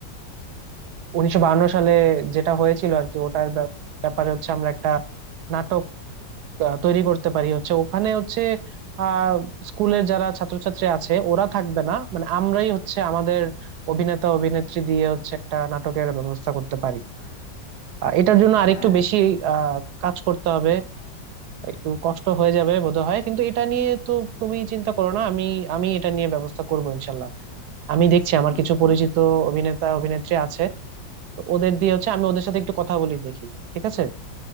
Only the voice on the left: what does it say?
হ্যাঁ
বুঝতে
পেরেছি